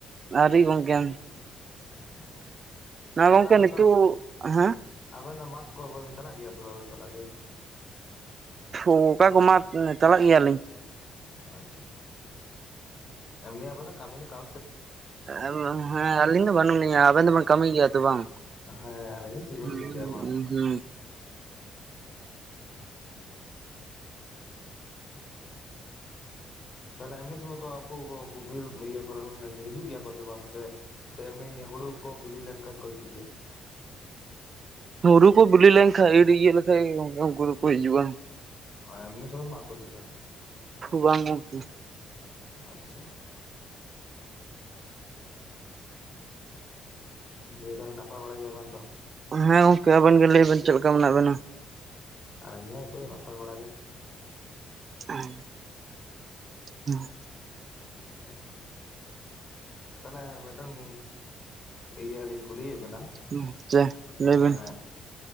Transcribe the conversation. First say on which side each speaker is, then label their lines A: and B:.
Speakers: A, on the right; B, on the left.
A: ᱟᱣᱹᱨᱤ ᱜᱚᱢᱠᱮ᱾
B: <inaudible>
A: ᱱᱚᱣᱟ ᱜᱚᱝᱠᱮ
B: ᱛᱟᱦᱚᱞᱮ ᱟᱵᱮᱱ
A: ᱱᱤᱛᱚᱜ
B: ᱫᱚ
A: ᱦᱮᱸ?
B: ᱟᱵᱮᱱ ᱫᱚ ᱢᱟᱴᱷ ᱠᱚ ᱵᱮᱱ ᱪᱟᱞᱟᱜ ᱜᱮᱭᱟ ᱥᱮ ᱵᱟᱵᱮᱱ ᱪᱟᱞᱟᱜ ᱜᱮᱭᱟ?
A: ᱚᱠᱟ ᱠᱚ ᱢᱟ ᱪᱟᱞᱟᱜ ᱜᱮᱭᱟᱞᱤᱧ᱾
B: ᱟᱪᱪᱷᱟ, ᱮᱢᱱᱤ ᱟᱵᱤᱱ ᱫᱚ ᱠᱟᱹᱢᱤ ᱠᱟ
A: ᱦᱮᱸ ᱟᱹᱞᱤᱧ ᱫᱚ ᱵᱟᱹᱱᱩᱜ ᱞᱤᱧᱟ᱾ ᱟᱵᱮᱱ ᱫᱚᱵᱮᱱ ᱠᱟᱹᱢᱤᱭ ᱜᱮᱭᱟ ᱛᱚ ᱵᱟᱝ?
B: ᱦᱮᱸ ᱟᱨ ᱪᱮᱫ ᱵᱮᱱ
A: ᱦᱩᱸ
B: ᱪᱤᱠᱟᱹᱭᱟ ᱢᱟ,
A: ᱦᱩᱸ
B: <inaudible> ᱛᱟᱦᱚᱞᱮ ᱮᱢᱱᱤ ᱥᱚᱢᱚᱭ ᱠᱚ ᱟᱠᱩ ᱩᱱᱠᱩ ᱵᱤᱨ ᱤᱭᱟᱹ ᱠᱚᱨᱮᱱ ᱦᱤᱡᱩᱜ ᱜᱮᱭᱟ ᱠᱚ ᱥᱮ ᱵᱟᱝ ᱥᱮ? ᱥᱮ ᱮᱢᱱᱤ ᱦᱩᱲᱩ ᱠᱚ ᱵᱤᱞᱤ ᱞᱮᱱᱠᱷᱟᱡ ᱠᱚ ᱦᱤᱡᱩᱜ ᱜᱮᱭᱟ?
A: ᱦᱩᱲᱩ ᱠᱚ ᱵᱤᱞᱤ ᱞᱮᱱᱠᱷᱟᱡ ᱤᱨ ᱤᱭᱟᱹ ᱞᱮᱠᱷᱟᱡ ᱜᱚᱢᱠᱮ ᱩᱱᱠᱩ ᱫᱚᱠᱚ ᱦᱤᱡᱩᱜᱼᱟ᱾
B: ᱮᱢᱱᱤ ᱥᱚᱢᱚᱭ ᱫᱚ ᱵᱟᱠᱚ ᱦᱤᱡᱩᱜᱼᱟ ᱛᱟᱦᱞᱮ?
A: ᱵᱟᱝ ᱜᱚᱝᱠᱮ,
B: ᱟᱪᱪᱷᱟ, ᱛᱟᱦᱚᱞᱮ ᱱᱟᱯᱟᱭ ᱵᱟᱲᱟ ᱜᱮᱭᱟ ᱵᱮᱱᱛᱚ?
A: ᱦᱮᱸ ᱜᱚᱝᱠᱮ, ᱟᱵᱮᱱ ᱜᱮ ᱞᱟᱹᱭ ᱵᱮᱱ ᱪᱮᱫ ᱞᱮᱠᱟ ᱢᱮᱱᱟᱜ ᱵᱮᱱᱟ?
B: ᱟᱨ ᱤᱧᱦᱚᱸ ᱱᱤᱛᱚᱜ ᱫᱚ ᱱᱟᱯᱟᱭ ᱵᱟᱲᱟ ᱜᱮ ᱾
A: ᱦᱮᱸ, <inaudible>
B: <inaudible> ᱛᱟᱦᱚᱞᱮ ᱢᱤᱫᱴᱟᱝ ᱤᱭᱟᱹᱞᱤᱧ ᱠᱩᱞᱤᱭᱮᱫ ᱵᱮᱱᱟ ᱾
A: ᱦᱟᱸ, ᱪᱮ?
B: ᱟᱢ
A: ᱞᱟᱹᱭ
B: ᱢᱟ
A: ᱵᱮᱱ